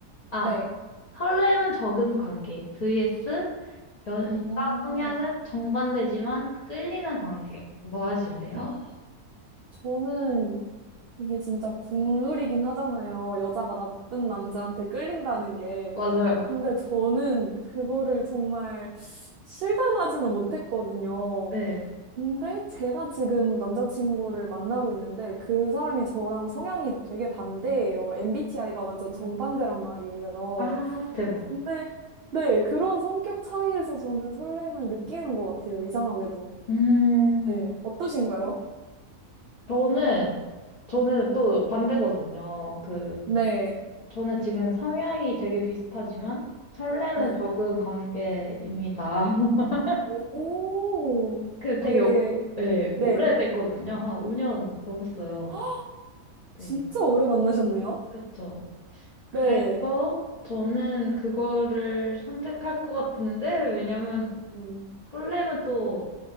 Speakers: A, on the left (about 70°); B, on the right (about 85°).
A: 아,
B: 네.
A: 설렘은 적은 관계. vs 연인과
B: 아,
A: 성향은 정반대지만 끌리는 관계. 뭐 하실래요?
B: 아, 저는 이게 진짜 국룰이긴 하잖아요. 여자가 나쁜 남자한테 끌린다는 게.
A: 맞아요.
B: 근데 저는 그거를 정말 실감하지는 못했거든요.
A: 네.
B: 근데 제가 지금 남자친구를 만나고 있는데 그 사람이 저랑 성향이 되게 반대예요. MBTI가 완전 정반대란 말이에요.
A: 아, 대박.
B: 근데 네, 그런 성격 차이에서 저는 설렘을 느끼는 것 같아요. 이상하게도.
A: 음,
B: 네, 어떠신가요?
A: 저는, 저는 또 반대거든요. 그,
B: 네,
A: 저는 지금 성향이 되게 비슷하지만 설렘은
B: 네.
A: 적은 관계입니다. <laughs>
B: 오,
A: 그 되게,
B: 어, 되게,
A: 오- 예,
B: 네.
A: 오래됐거든요. 한 5년 넘었어요.
B: <gasps>
A: 네.
B: 진짜 오래 만나셨네요?
A: 그쵸. 그래서
B: 네.
A: 저는 그거를 선택할 것 같은데, 왜냐면
B: 음.
A: 설렘은 또